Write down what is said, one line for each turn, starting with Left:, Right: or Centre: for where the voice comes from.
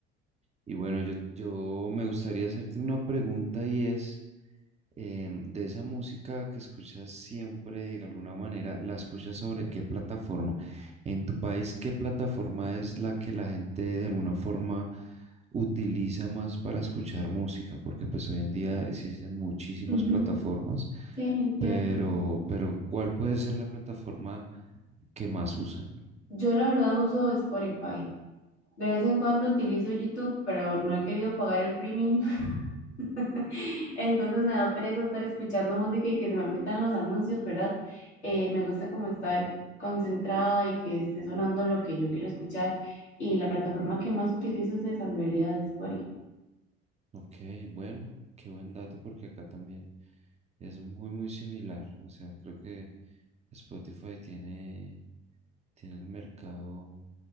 Right: y bueno, yo, yo me gustaría hacerte una pregunta y es, em, de esa música que escuchas siempre, de alguna manera, ¿la escuchas sobre qué plataforma? En tu país, ¿qué plataforma es la que la gente de alguna forma utiliza más para escuchar música? Porque pues hoy en día existen muchísimas
Left: Ujú,
Right: plataformas,
Left: Sí, es
Right: pero,
Left: cierto.
Right: pero ¿cuál puede ser la plataforma que más usan?
Left: Yo la verdad uso Spotify. De vez en cuando utilizo YouTube, pero no he querido pagar el premium. <laughs> Entonces me da pereza estar escuchando música y que se me metan los anuncios, ¿verdad? Eh, me gusta como estar concentrada y que esté sonando lo que yo quiero escuchar. Y la plataforma que más utilizo es esa, en realidad, es Spotify.
Right: Ok, bueno, qué buen dato porque acá también es muy, muy similar. O sea, creo que Spotify tiene... tiene el mercado